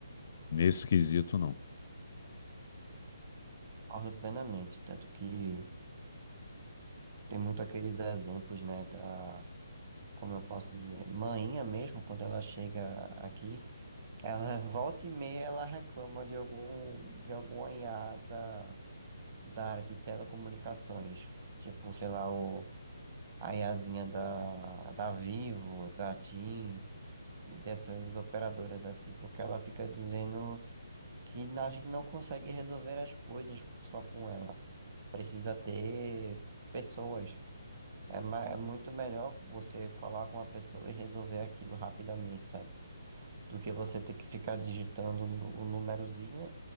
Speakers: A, on the left; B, on the right.
A: Nesse quesito, não.
B: concordo plenamente, tanto que tem muito aqueles exemplos, né, da como eu posso dizer, mainha mesmo, quando ela chega aqui, ela <laughs> volta e meia ela reclama de algum de alguma IA da, da área de telecomunicações. Tipo, sei lá, o, a IAzinha da, da Vivo, da TIM e dessas operadoras assim, porque ela fica dizendo que na- a gente não consegue resolver as coisas só com ela. Precisa ter pessoas. É, ma- é muito melhor você falar com uma pessoa e resolver aquilo rapidamente, sabe? do que você ter que ficar digitando nu- o númerozinho